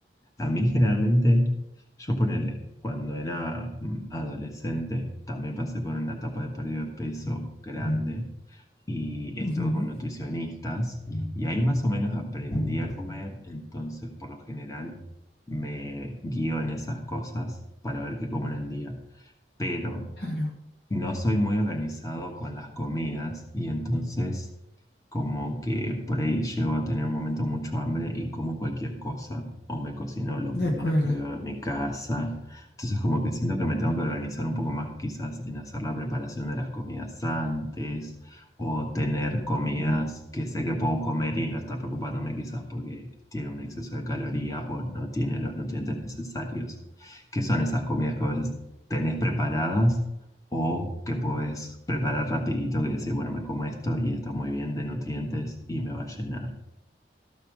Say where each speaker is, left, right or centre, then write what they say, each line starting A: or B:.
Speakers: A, on the left (about 20°); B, on the left (about 65°).
A: A mí generalmente, yo ponele, cuando era mm, adolescente, también pasé por una etapa de pérdida de peso grande y estuve
B: Ujú,
A: con nutricionistas y ahí más o menos aprendí a comer, entonces por lo general me guío en esas cosas para ver qué como en el día. Pero
B: Claro,
A: no soy muy organizado con las comidas y entonces como que por ahí llego a tener un momento mucho hambre y como cualquier cosa o me cocino lo
B: de
A: primero
B: acuerdo.
A: que veo en mi casa. Entonces como que siento que me tengo que organizar un poco más quizás en hacer la preparación de las comidas antes o tener comidas
B: Mm.
A: que sé que puedo comer y no estar preocupándome quizás porque tiene un exceso de calorías o no tiene los nutrientes necesarios. ¿Qué son esas comidas que a veces tenés preparadas? O que podés preparar rapidito que decís, bueno, me como esto y está muy bien de nutrientes y me va a llenar.